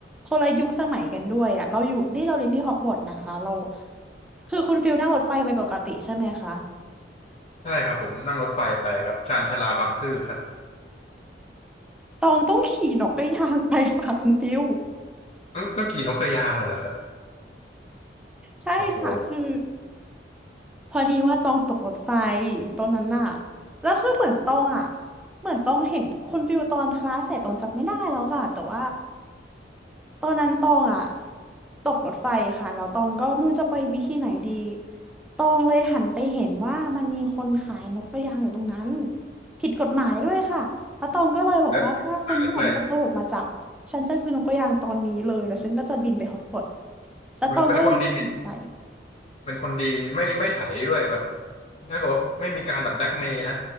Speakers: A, in the centre; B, on the left.
A: คนละยุคสมัยกันด้วยอะเราอยู่ที่เราเรียนที่ฮอกวอตส์นะคะเราคือคุณฟิลนั่งรถไฟไปปกติใช่ไหมคะ
B: ใช่ครับผมนั่งรถไฟไปครับชานชาลาบางซื่อครับ
A: ตองต้องขี่นกกระยางไปค่ะคุณฟิล
B: ต้องต้องขี่นกกระยางเลยเหรอครับ
A: ใช่ค่ะคือ
B: โอ้โห
A: พอดีว่าตองตกรถไฟตรงนั้นน่ะแล้วคือเหมือนตองอ่ะเหมือนตองเห็นคุณฟิวตอนคลาสเสร็จตองจำไม่ได้แล้วค่ะแต่ว่าตอนนั้นตองอ่ะตกรถไฟค่ะแล้วตองก็ไม่รู้จะไปวิธีไหนดีตองเลยหันไปเห็นว่ามันมีคนขายนกกระยางอยู่ตรงนั้นผิดกฎหมายด้วยค่ะแล้วตองก็เลยบอกว่าถ้าคุณไม่อยากให้ตำรวจมาจับฉันจะซื้อนกกระยางตอนนี้เลยแล้วฉันก็จะบินไปฮอกวอตส์
B: แล้วถ่ายด้วย
A: แล้วตองก็เลยขี่ไป
B: มันเป็นคนดีเป็นคนดีไม่ไม่ไถด้วยแบบถ้าเกิดว่าไม่มีการแบบแบล็กเมย์นะ